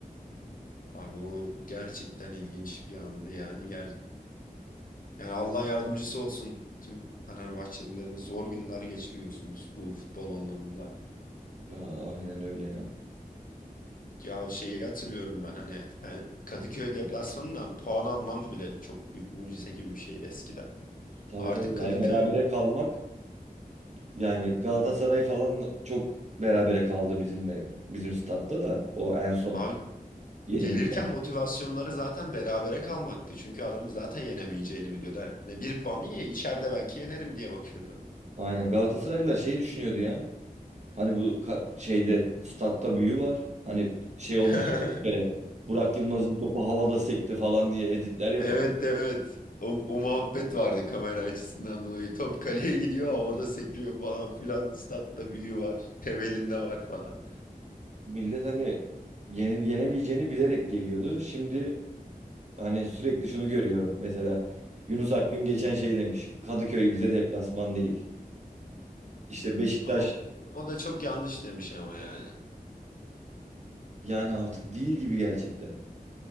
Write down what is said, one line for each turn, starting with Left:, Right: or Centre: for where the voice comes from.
Left: Abi o gerçekten ilginç bir andı yani. Ger yani Allah yardımcısı olsun tüm Fenerbahçelilerin zor günler geçiriyorsunuz bu futbol anlamında.
Right: Ya, aynen öyle ya.
Left: Ya şeyi hatırlıyorum ben hani Fe- Kadıköy deplasmanından puan alman bile çok büyük mucize gibi bir şeydi eskiden.
Right: Tabii
Left: Artık
Right: tabii
Left: Kadıköy
Right: yani berabere kalmak Yani Galatasaray falan çok berabere kaldı bizimle. Bizim statta da o en son
Left: abi
Right: yenilik.
Left: Gelirken motivasyonları zaten berabere kalmaktı. Çünkü adam zaten yenemeyeceğini biliyordu. Hani bir puanı ye, içeride belki yenerim diye bakıyordu.
Right: Aynen Galatasaraylılar şey düşünüyordu ya. Hani bu ka- şeyde statta büyü var. Hani şey olmuştu
Left: <laughs>
Right: bir kere. Burak Yılmaz'ın topu havada sekti falan diye editler yapıldı.
Left: Evet evet. O, o muhabbet vardı kamera açısından dolayı. Top kaleye gidiyor, havada sekiyor falan filan. Statta büyü var, temelinde var falan.
Right: Millet hani yenil yenemeyeceğini bilerek geliyordu. Şimdi hani sürekli şunu görüyorum. Mesela Yunus Akgün geçen şey demiş. Kadıköy bize deplasman değil. İşte Beşiktaş
Left: Ama- O, o da çok yanlış demiş ama yani.
Right: Yani artık değil gibi gerçekten.